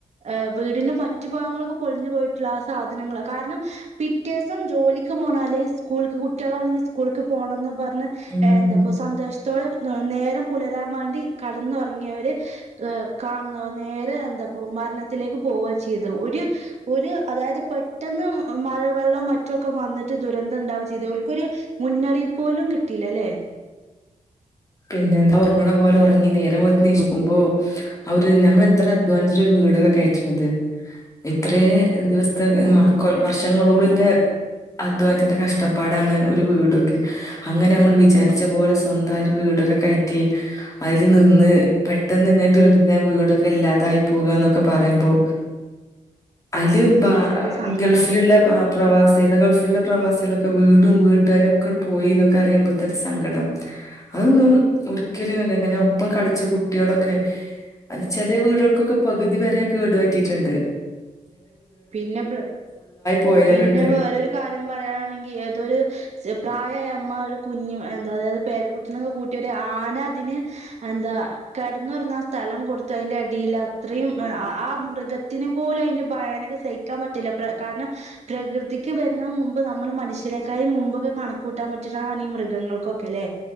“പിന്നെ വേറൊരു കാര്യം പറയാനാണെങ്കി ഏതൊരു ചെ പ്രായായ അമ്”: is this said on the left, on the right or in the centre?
Right